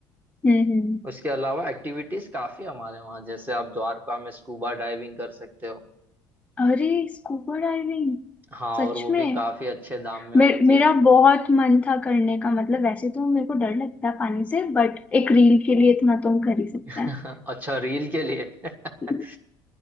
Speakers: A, on the left (about 15°); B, on the right (about 20°).
A: हम्म हम्म।
B: उसके अलावा एक्टिविटीज काफी है हमारे वहाँ जैसे आप द्वारका में स्कूबा डाइविंग कर सकते हो
A: अरे Scuba diving
B: हाँ
A: सच
B: और वो
A: में
B: भी काफी अच्छे दाम में
A: मे,
B: होती
A: मेरा
B: है
A: बहुत मन था करने का मतलब वैसे तो मेरे को डर लगता है पानी से बट एक रील के लिए इतना तो हम कर ही सकते
B: <laughs>
A: हैं
B: अच्छा रील के लिए <laughs>
A: <laughs>